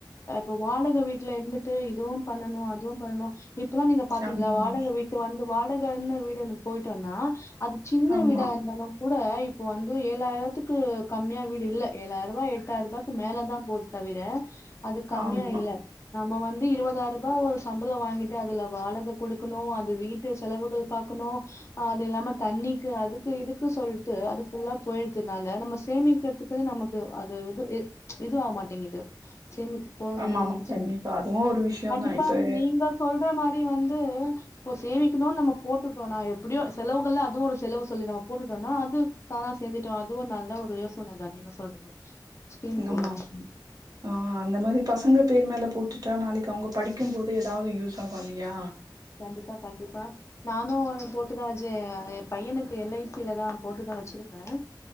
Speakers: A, on the left; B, on the right.
A: இப்ப வாடகை வீட்டுல இருந் சேரி இதுவு பண்ணனு அதுவு பண்ணணு இப்பல்லா நீங்க பாத்தீங்களா
B: ஆமாமா
A: வாடக வீட்டு வந்து வாடகன்னு வீடுன்னு போயிட்டன்னா அது சின்ன
B: ஆமா
A: வீடா இருந்தாலு கூட இப்ப வந்து ஏழாயிரத்துக்கு கம்மியா வீடு இல்ல ஏழாயிர ரூபா எட்டாயிர ரூபாய்க்கு மேலதா போது தவிர அது கம்மியா
B: ஆமா
A: இல்ல நம்ம வந்து இருபதாயிரூபா ஒரு சம்பளோ வாங்கிட்டு அதுல வாடக குடுக்கணு அது வீட்டு செலவுகள் பாக் கண்ணு அது இல்லாம தண்ணிக்கு அதுக்கு இருக்கு சொல்லிட்டு அது ஃபுல்லா போயிறதுனால நம்ம சேமிக்கிறதுக்கு நமக்கு அது இதுவு ஆகமாட்டிங்குது சேமிப் போடணும்னு
B: ஆமாமா கண்டிப்பா
A: சொல்லி
B: அதுவு ஒரு விஷயந்தா
A: கண்டிப்பா
B: இப்ப
A: நீங்க சொல்ற மாரி வந்து இப்ப சேமிக்கணு நம்ம போட்டுட்டோனா எப்டியோ செலவுகள்ல அதுவு ஒரு செலவு சொல்லி நம்ம போட்டுட்டோனா அது தானா சேர்ந்துட்டோ அதுவு நல்ல ஒரு யோசன தா நீங்க சொல்றது ஸ்கீம்
B: எங்கமா
A: போடுறது
B: ம் ம் அந்த மாரி பசங்க பேர் மேல போட்டுட்டா நாளைக்கு அவங்க படிக்கும் போது ஏதாவது யூஸ் ஆகு இல்லயா
A: கண்டிப்பா கண்டிப்பா நானு ஒன்னு போட்டுதா வெச்சு அ எய பையனுக்கு எல் ஐ சி லதா போட்டுதா வெச்சிருக்க